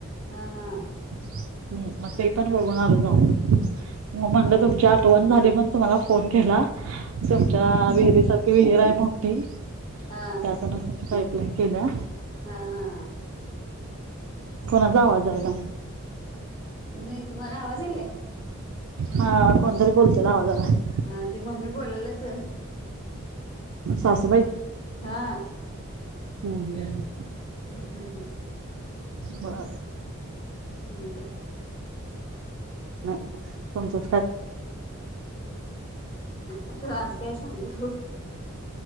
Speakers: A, on the left; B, on the right.
A: हा हा
B: हम्म मग ते पण बघून आलो जाऊन मग म्हणलं
A: हा
B: तुमची आठवण झालीण तुम्हाला फोन केला तुमच्या विहिरीसारख विहिर आहे मोठी त्यात
A: हा
B: नसता म पाईपलाईन केल्या
A: हा हा
B: कोणाचा आवाज यायला
A: नाही तुम्हाला आवाज यलाय
B: हा कोणतरी बोलतेला आवाज आला
A: ह ते मम्मी बोलालंच
B: सासूबाई
A: हा. <inaudible>
B: हम्म हम्म बर.
A: आणि काय
B: तुमचं.
A: आता आज काय सांगू